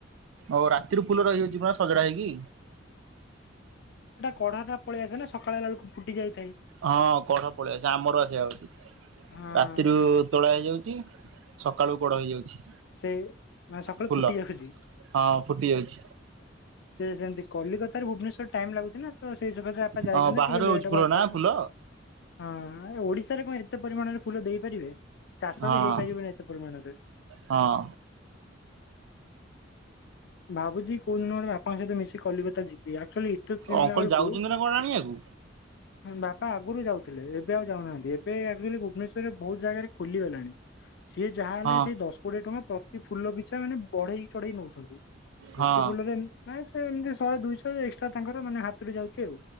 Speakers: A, on the right; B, on the left.
A: ଓହ ରାତିରୁ ଫୁଲ ରହିଯାଉଛି ପରା ସଜଡ଼ା ହେଇକି।
B: କଢ଼ାଟା ପଳେଇ ଆସେନା ସକାଳ ହେଲା ବେଳକୁ ଫୁଟି ଯାଇଥି
A: ହଁ କଢ ପଳେଇଆଚି ସେ ଆମର ସେଇଆ ହଉଛି
B: ହଁ
A: ରାତିରୁ ତୋଳା ହେଇଯାଉଛି। ସକାଳୁ ବଡ଼ ହେଇଯାଉଛି।
B: ସେ ମାନେ ସକାଳୁ
A: ଫୁଲ।
B: ଫୁଟି ଯାଉଛି
A: ହଁ ଫୁଟି ଯାଉଛି
B: ସେ ସେମତି କଲି କଥା- <unintelligible> ଭୁବନେଶ୍ୱର ଟାଇମ୍ ଲାଗୁଛି ନାଁ ତ ସେଇ ସଖା ସେ ବାପା ଯାଇଛନ୍ତି
A: ହଁ ବାହାରୁ
B: ଟିକେ ଲେଟ୍
A: ହଉଛି
B: ହବ
A: ଫୁଲ
B: ଆସିବାକୁ
A: ନା ଫୁଲ
B: ହଁ ଓଡିଶାରେ କଣ ତ୍ୟ ପରିମାଣର ଫୁଲ ଦେଇପାରିବେ? ଚାଷ
A: ହଁ।
B: ବି ହେଇପାରିବନି ଏତେ ପରିମାଣରେ।
A: ହଁ।
B: ଭାବୁଛି କୋଉ ଦିନ ଗୋଟେ ବାପାଙ୍କ ସହିତ ମିଶି କଲିକତା ଯିବି ଆ ଏଠୁ କିଣିଲା
A: ଅଙ୍କଲ
B: ବେଳକୁ
A: ଯାଉଛନ୍ତି ନା କଣ ଆଣିବାକୁ
B: ବାପା ଆଗରୁ ଯାଉ ଥିଲେ ଏବେ ଆଉ ଯାଉନାହାନ୍ତି ଏବେ ଆକ୍ଚୁଆଲି ଭୁବନେଶ୍ଵରରେ ବହୁତ ଜାଗାରେ ଖୋଲିଗଲାଣି। ସିଏ ଯାହାହେଲେ
A: ହଁ
B: ସେଇ ଦଶ କୋଡିଏ ଟଙ୍କା ପ୍ରତି ଫୁଲ ପିଛା ମାନେ ବଢେଇ ଚଢେଇ ନଉଛନ୍ତି। <unintelligible>
A: ହଁ
B: ଫୁଲରେ ଏମିତି ଶହେ ଦୁଶହ ଏକ୍ସଟ୍ରା ତାଙ୍କର ମାନେ ହାତ ଯାଉଛି ଆଉ।